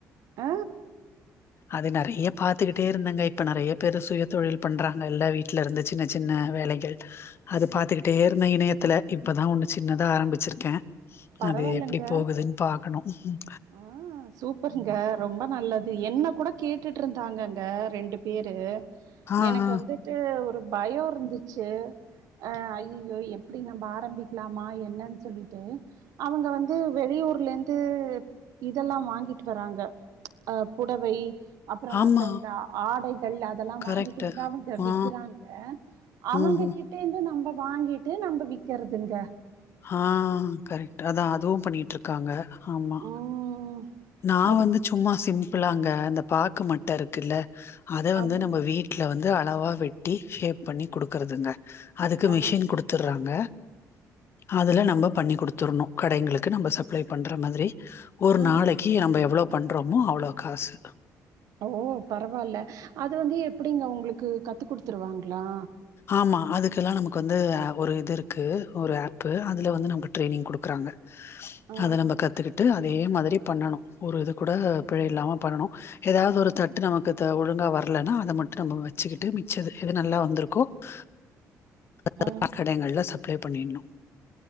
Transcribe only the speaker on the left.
அது நிறைய பாத்துக்கிட்டே இருந்தேங்க இப்ப நிறைய பேரு சுய தொழில் பண்றாங்க எல்லா வீட்டுல இருந்து சின்ன சின்ன வேலைகள் அது பாத் கத்துக்கிட்டே இருந்த இணையத்துல இப்பதா ஒன்னு சின்னதா ஆரம்பிச்சிருக்கே
அது எப்படி போகுதுன்னு பாகணு உம்
ஆ ஆ
ஆமா
கரெக்ட்டு.
ஆ
ம்ஹ்ம்.
ஆ கரக்ட் அதா அதுவு பண்ணிட்டு இருக்காங்க ஆமா
நா
வந்து சும்மா சிம் லாங்க அ பாக்கு மட்ட இருக்குல்ல அத வந்து
நம்ம வீடு வந்து அளவா வெட்டி சேப் பண்ணி கொடுக்கறதுங்க அதுக்கு
மிஷின் கொடு டுத்துடுறாங்க அதுல நம்ம பண்ணி கொடுத்துடணு கடைங்களுக்கு நம்ம சப்ளை பண்ற மாரி ஒரு
நாளைக்கு நம்ம எவ்வளவு பண்றோமோ அவளோ காசு
ஆமாம் அதுக்கெல்லாம் நமக்கு வந்து ஒரு இது இருக்குது ஒரு ஆப்பு அதலா வந்து நமக்கு ட்ரெயினிங் கொடுக்குறாங்க
அத நம்ம கத்துக்கிட்டு அதே மாரி பண்ணணு ஒரு இது கூட பிழை இல்லாம பண்ணணு ஏதாவது ஒரு தட்டு நமக்கு ஒழுங்கா வரலன்னா அத மட்டு நம்ம வச்சுக்கிட்டு மிச்சது எது நல்லா வந்திருகோ <unintelligible>
கடைகள்ல சப்ளை பண்ணிணு